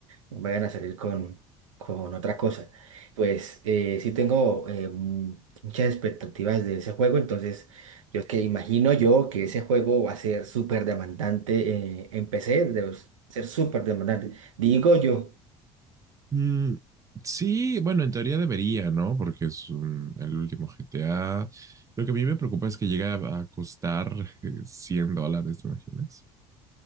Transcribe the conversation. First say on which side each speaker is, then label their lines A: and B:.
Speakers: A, on the right; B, on the right.
A: vayan a salir con, con otra cosa. Pues eh, sí tengo eh, mm, muchas expectativas de ese juego, entonces yo que imagino yo que ese juego va a ser súper demandante eh, en PC, debe ser súper demandante. Digo yo,
B: Mm, sí, bueno, en teoría debería, ¿no? Porque es un- el último GTA. Lo que a mí me preocupa es que llega a a costar eh, 100 dólares, ¿te imaginas?